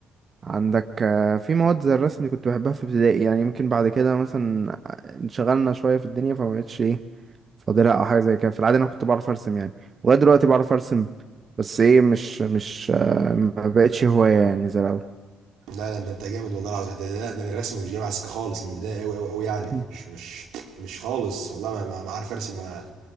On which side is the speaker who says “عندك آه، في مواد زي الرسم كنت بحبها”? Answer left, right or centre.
Right